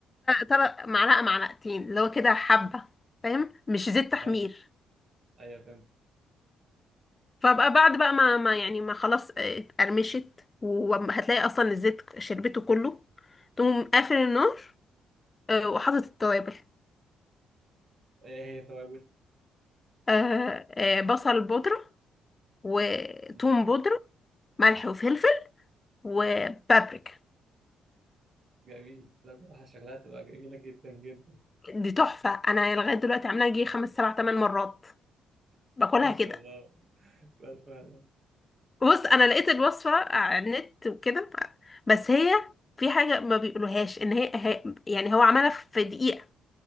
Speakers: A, on the left; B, on the right.
A: ترى معلقه معلقتين اللي هو كده حبه فاهم مش زيت تحمير
B: حلو ايوه فهمت
A: فبقى بعد بقى ما, ما يعني ما خلاص آه، اتقرمشت وهتلاقي اصلا الزيت شربته كله تقوم قافل النار آه، وحاطط التوابل
B: ايه هي توابل
A: آه، آه، بصل بودرة وتوم
B: مم،
A: بودرة ملح وفلفل وبابريكا
B: جميل لا صراحة شغلها تبقى جميلة جدا جدا
A: دي تحفة انا لغاية دلوقتي عاملاها جي خمس سبع تمن مرات
B: <laughs>
A: باكلها
B: ما شاء
A: كده
B: الله بألف هنا
A: بص انا لقيت الوصفة على النت وكده بس هي في حاجة ما بيقولوهاش ان هي هي- يعني هو عملها في دقيقة